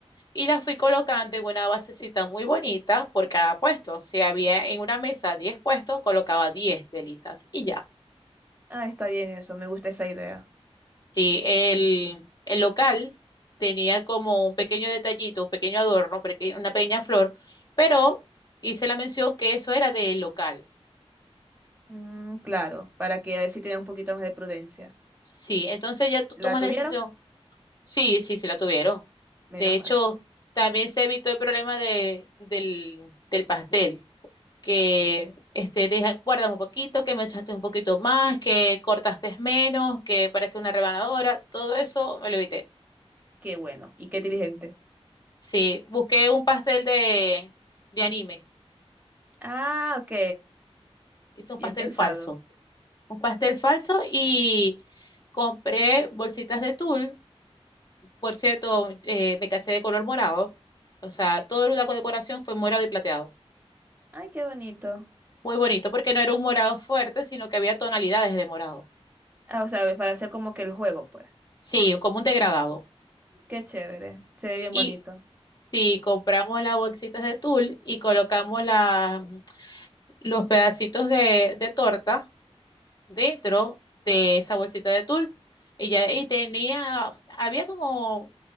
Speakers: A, on the left; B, on the right.
A: y las fui colocando en una basecita muy bonita por cada puesto. Si había en una mesa 10 puestos, colocaba 10 velitas y ya.
B: Ah, está bien eso, me gusta esa idea.
A: Sí, el, el local tenía como un pequeño detallito, un pequeño adorno, peque- una pequeña flor, pero hice la mención que eso era del local.
B: Mm, claro, para que a ver si tenía un poquito más de prudencia.
A: Sí, entonces ya tú
B: ¿La
A: tomas
B: tuvieron?
A: la decisión. Sí, sí, sí la tuvieron.
B: Menos
A: De hecho,
B: mal.
A: también se evitó el problema de, del, del pastel, que este, deja, guardan un poquito, que me echaste un poquito más, que cortaste menos, que parece una rebanadora, todo eso me lo evité.
B: Qué bueno y qué inteligente.
A: Sí, busqué un pastel de, de anime.
B: Ah, ok.
A: Hice un
B: Bien
A: pastel
B: pensado.
A: falso. Un pastel falso y compré bolsitas de tul. Por cierto, eh, me casé de color morado. O sea, toda la decoración fue morado y plateado.
B: Ay, qué bonito.
A: Muy bonito, porque no era un morado fuerte, sino que había tonalidades de morado.
B: Ah, o sea, para hacer como que el juego, pues.
A: Sí, como un degradado.
B: Qué chévere. Se ve bien
A: Y
B: bonito.
A: si compramos las bolsitas de tul y colocamos la- los pedacitos de, de torta dentro de esa bolsita de tul, y ya y tenía, había como